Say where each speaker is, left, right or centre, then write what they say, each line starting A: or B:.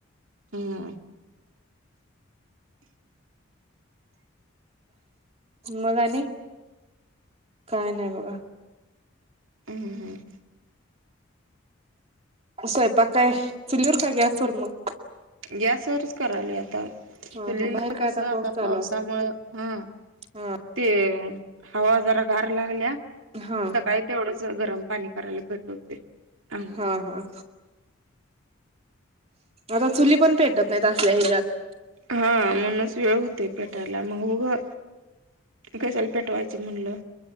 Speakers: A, on the right; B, on the right.
A: हम
B: मग आणि काय नाही बघा,
A: हम ह
B: स्वयपाकाय चुलीवर काय गॅसवर मग,
A: गॅसवररच करायला आता, चुलीला
B: हा हा बाहेर
A: कसं
B: काय
A: आता
B: पाऊस चालू
A: पावसामुळे
B: असतो
A: हा
B: हा
A: ते हवा जरा गार लागल्या
B: हा
A: सकाळी तेवढंच गरम पाणी करायला भेटत. हो सांगयला
B: हा
A: <inaudible>
B: हा आता चुली पण पेटत नाही त असल्या हिजत
A: हा म्हणच वेळ होते पेटायला मग बघ पेटवायचं म्हणलं.